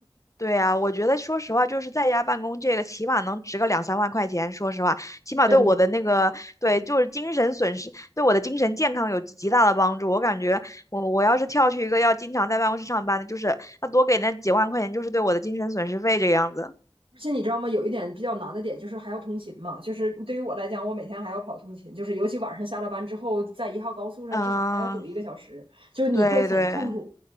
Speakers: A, on the left (about 35°); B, on the right (about 80°).
A: 对啊，我觉得说实话，就是在家办公这个，起码能值个两三万块钱。说实话，起码对我的那个，
B: <laughs> 真的。
A: 对，就是精神损失，对我的精神健康有极大的帮助。我感觉我我要是跳去一个要经常在办公室上班的，就是那多给那几万块钱，就是对我的精神损失费这个样子。
B: 而且你知道吗？有一点比较难的点就是还要通勤嘛，就是对于我来讲，我每天还要跑通勤，就是尤其晚上下了班之后，在一号高速上至少还要堵一个小时，
A: 嗯、
B: 就是你会很痛苦。
A: 对对